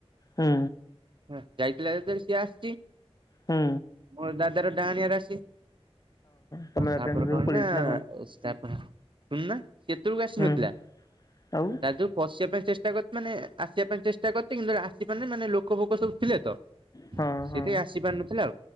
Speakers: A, on the left; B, on the right.
A: ହୁଁ।
B: ହଁ ଯାଇଥିଲା ଯେତେବେଳେ ସିଏ ଆସିଚି।
A: ହୁଁ।
B: ମୋର ଦାଦାର ଡାହାଣଆର ରାସି
A: ତମ ଦାଦାଙ୍କ
B: ତାପରେ
A: ଘରକୁ
B: କଣ
A: ପଳେଇଛି
B: ହେଇଚିନା
A: ନା
B: ଶୁଣୁନା ସେତବେଳକୁ ଆସିନଥିଲା
A: ହୁଁ ଆଉ
B: ତା ଦେହକୁ ପସିବା ପାଇଁ ଚେଷ୍ଟା କରି ମାନେ ଆସିବା ପାଇଁ ଚେଷ୍ଟା କରିଚି କିନ୍ତୁ ଆସିପାରିନି ମାନେ ଲୋକ ଫୋକ ସବୁ ଥିଲେ ତ
A: ହଁ
B: ସେଠି
A: ହଁ
B: ଆସି ପାରନଥିଲା